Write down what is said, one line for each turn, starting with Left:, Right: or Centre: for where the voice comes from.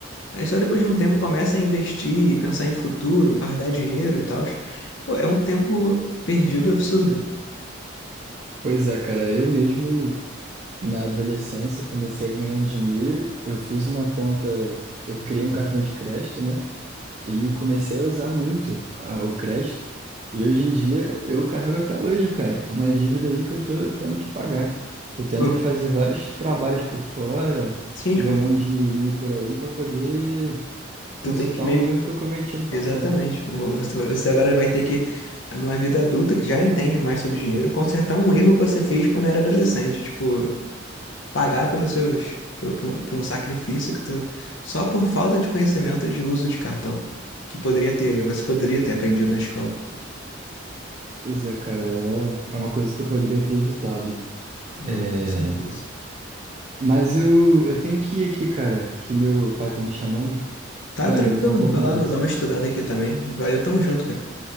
Left: Aí só depois de um tempo começa a investir, pensar em futuro, guardar dinheiro e tal. Pô, é um tempo perdido absurdo.
Right: Pois é, cara, eu mesmo na adolescência comecei a ganhar um dinheiro. Eu fiz uma conta, eu criei um cartão de crédito, né? E comecei a usar muito ah, o crédito. E hoje em dia eu carrego até hoje, cara, uma dívida aí que eu tô tendo que pagar. Tô tendo
Left: Pô,
Right: que fazer vários trabalhos por fora,
Left: sim, tipo,
Right: ganhar
Left: tu,
Right: um dinheirinho por aí para poder consertar
Left: tu tem que meio
Right: um erro que eu cometi no passado.
Left: Exatamente. Você você agora vai ter que, numa vida adulta que já entende mais sobre dinheiro, consertar um erro que você fez quando era adolescente. Tipo, pagar pelos seus, por, por- por um sacrifício que tu, só por falta de conhecimento de uso de cartão, que poderia ter, você poderia ter aprendido na escola.
Right: Pois é, cara, é é uma coisa que eu poderia ter evitado.
Left: Não,
Right: É...
Left: com certeza.
Right: Mas eu, eu tenho que ir aqui, cara, que meu pai tá me chamando.
Left: Tá
Right: Valeu,
Left: tranquilo,
Right: foi uma boa
Left: vai
Right: conversa.
Left: lá, vou dar uma estudada aqui também. Valeu, tamo junto, cara.